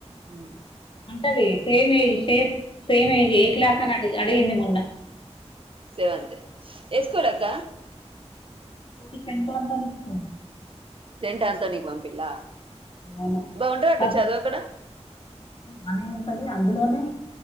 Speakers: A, on the right; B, on the left.
A: ఉమ్
B: అంటది same age, same same age ఏ క్లాస్ అని అడి అడిగింది మొన్న.
A: సేవెంత్ ఏ స్కూల్ అక్క?
B: ఉవిస్ Saint Anthony school
A: Saint Anthony కి పంపిల్లా,
B: అవును
A: బావుంటదా అక్క
B: ఫస్ట్
A: చదువు అక్కడ?
B: బానే ఉంటది, అందులోనే